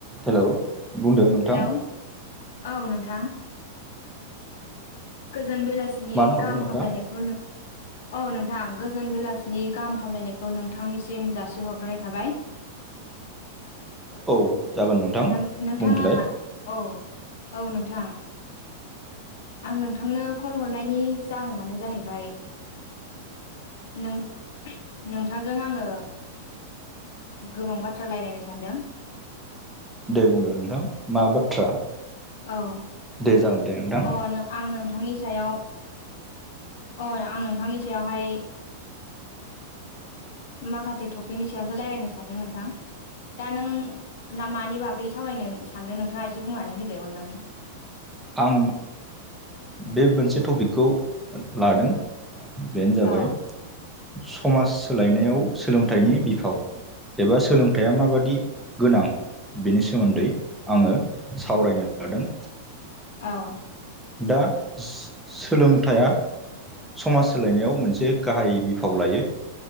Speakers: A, in the centre; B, on the left (about 65°).
A: Hello बुंदो नोंथां
B: hello औ नोंथां। गोजोन बेलासिनि
A: मानो
B: गाहाम
A: हरदोंमोन नोंथां
B: हामलायनायखौ नों औ नोंथां गोजोन बेलासिनि गाहाम हामलायनायखौ नोंथांनिसिम जासिहरग्रोनाय थाबाय।
A: औ जागोन नोंथां
B: नों नोंथांङा
A: बुंदोलाय
B: औ औ नोंथ थां आं नोंथांनो कल हरनायनि जाहोनानो जाहैबाय नों नोंथांजों आंङो गोबां बाथ्रा लायरायनो सानदों।
A: दे बुंदो नोंथां मा बाथ्रा?
B: औ
A: दे जागोन। दे नोंथां
B: अ आं नोंथांनि सायाव आं नोंथांनि सायावहाय माखासे टपिकनि सायावसो रायज्लायनो सानदों नोंथां। दा नों मानि बागै सावरायनो सानदों नोंथांङा एसे बुंनानै होदो अननानै।
A: आं बे मोनसे टपिकखौ लादों। बेनो जाबाय
B: औ
A: समाज सोलायनायाव सोलोंथाइनि बिफाव। एबा सोलोंथाइया माबादि गोनां बेनि सोमोन्दै आंङो सावरायनो लादों।
B: औ
A: दा सोलोंथाइया समाज सोलायनायाव मोनसे गाहाय बिफाव लायो